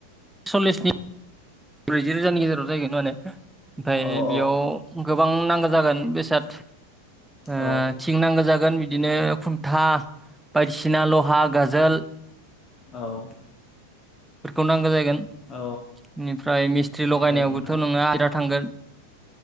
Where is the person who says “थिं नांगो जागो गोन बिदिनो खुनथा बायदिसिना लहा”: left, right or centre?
Centre